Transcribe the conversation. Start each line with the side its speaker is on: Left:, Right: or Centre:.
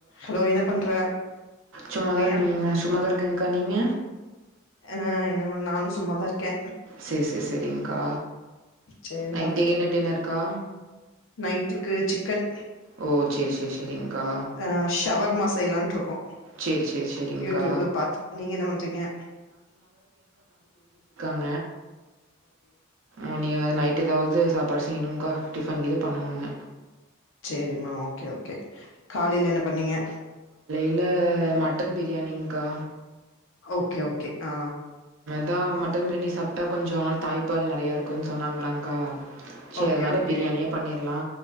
Left: Hello என்ன பண்ற
Right: சும்மாதா
Left: பிரியா
Right: இருக்கேங்க சும்மாதா இருக்கேங்க்கா நீங்க
Left: ஆ என்னமா நானு சும்மாதா இருக் கே
Right: சரி சரி சரிங்க்கா
Left: சேரிடா
Right: நைட்டுக்கு என்ன டின்னருக்கா
Left: நைட்டுக்கு சிக்கன்
Right: ஓ சரி சரி சரிங்க்கா
Left: அ ஷவர்மாஸ் செய்லான்ட்ருக்கோ
Right: சரி சரி சரிங்க்கா
Left: யூடியூப்ல பாத்து நீங்க என்ன பண்றிங்க
Right: அ இனி நைட் ஏதாவுது சாப்பாடு செய்ணுங்க்கா டிஃபன் கீது பண்ணணுங்க
Left: செரிம்மா ஓகே ஓகே காலைல என்ன பண்ணிங்க
Right: இல்ல மட்டன் பிரியாணிங்க்கா
Left: ஓகே ஓகே ஆ
Right: தா மட்டன் பிரியாணி சாப்ட்டா கொஞ்ச அ தாய்ப்பால் நறையா இருக்குன் சொன்னாங்ளாங்க்கா செரி
Left: ஓகே
Right: னால
Left: ஓகே
Right: பிரியாணியே பண்ணிர்லா